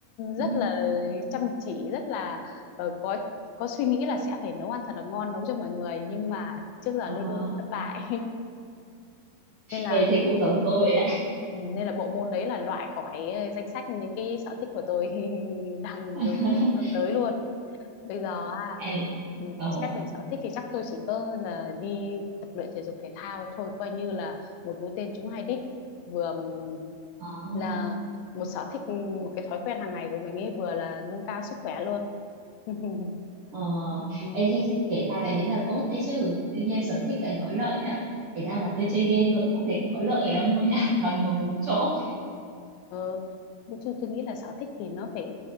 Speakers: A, on the right; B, on the left.
A: ừ.
B: rất là chăm chỉ rất là ờ, có có suy nghĩ là sẽ phải nấu ăn thật là ngon nấu cho mọi người nhưng mà trước giờ
A: ờ
B: luôn luôn thất bại <laughs> nên là
A: ê, thế cũng giống tôi đấy
B: ừ, nên là bộ môn đấy là loại khỏi ờ, danh sách những cái sở thích của tôi <laughs> đang
A: <laughs>
B: hướng tới luôn Bây giờ à,
A: ê,
B: ừ,
A: ồ
B: xét về sở thích thì chắc tôi chỉ có là đi tập luyện thể dục thể thao thôi, coi như là một mũi tên trúng hai đích. Vừa ừm,
A: ờ
B: là một sở thích, ừm, một cái thói quen hàng ngày của mình ấy, vừa là nâng cao sức khỏe luôn. <laughs>
A: ờ
B: Ừ.
A: ê, thế kể ra cái đấy là tốt đấy chứ tự nhiên sở thích là có lợi đó kể ra mà tôi chơi game tôi cũng không thấy có lợi lắm luôn nhá <laughs> toàn ngồi một chỗ
B: Ờ, tôi, tôi nghĩ là sở thích thì nó phải